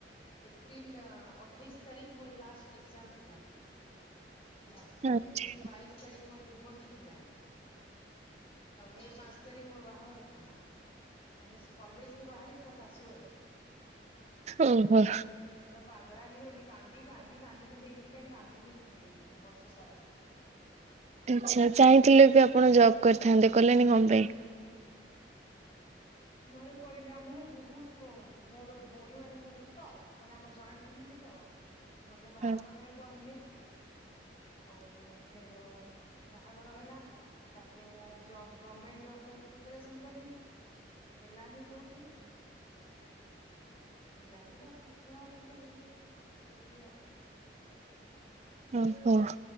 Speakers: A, on the left (about 35°); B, on the right (about 40°).
A: ଏପ୍ରିଲ ଅଠେଇଶ ତାରିଖ ମୋର ଲାଷ୍ଟ୍ ଏକ୍ଜାମ ଥିଲା। ହେଲା
B: ଆଛା
A: ଆଉ ଏପ୍ରିିଲ୍ ବାଇଶ ତାରିଖ ମୋର ନିର୍ବନ୍ଧ ଥିଲା। ଆଉ ମେ ପାଞ୍ଚ ତାରିଖ ମୋର ବାହାଘର ଥିଲା। ମାନେ କଲେଜ୍ ରୁ ବାହାରି ସିଧା ଶାଶୁଘରେ।
B: ଓହୋ।
A: ପୁରା ପାଗଳା ହେଇଗଲି। କାନ୍ଦି କାନ୍ଦି କାନ୍ଦି କାନ୍ଦି ଏନି ଟାଇମ କାନ୍ଦୁଥିଲି ଖାଲି ବର୍ଷ ସାରା।
B: ଆଚ୍ଛା। ଚାହିଁଥିଲେ ବି ଆପଣ ଜବ୍ କରିଥାନ୍ତେ। କଲେନି କଣ ପାଇଁ?
A: ଘରେ କହିଲେ ଆମ ଘରେ ବହୁତ ମୋର ଭଉଣୀ ମାନେ ବହୁତ ତ ମାନେ ଆମର ଜଏଣ୍ଟ ଫାମିଲି ତ ଘରେ ବାହାଘର
B: ହଁ
A: ପାଇଁ କହିଲେ। ଆଉ ଫେରଉ ବାହାଘର ହେଲା। ତାପରେ ମୁଁ ଜବ ଗମେଣ୍ଟ ଜବ୍ ପାଇଁ ପ୍ରିପାରେସନ କଲି। ହେଲାନି କୋଉଠି। ହେଲାନି ତାପରେ ଛୁଆ ପିଲା ଏଇବେ ଫସିଗଲି ଆଉ।
B: ଓ ହୋ।